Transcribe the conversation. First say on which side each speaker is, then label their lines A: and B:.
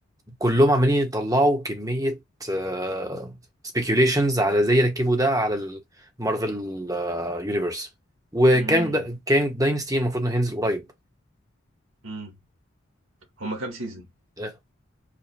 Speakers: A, on the right (about 15°); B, on the right (about 85°).
A: كلهم عمالين يطلعوا كمية آه سبيكيوليشنز على زي ركبوا ده على المارفل آه يونيفرس وكان
B: مم.
A: دا كان داينستي المفروض إنه هينزل قريب
B: مم. هما كام سيزون؟
A: آه